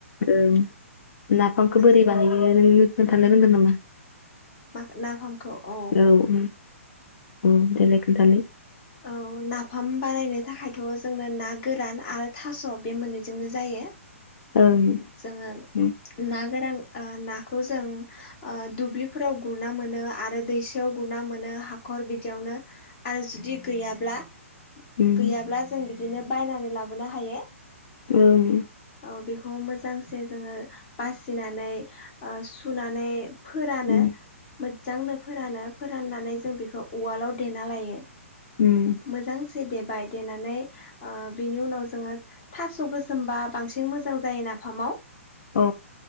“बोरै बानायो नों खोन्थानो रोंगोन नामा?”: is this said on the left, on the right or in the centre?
Left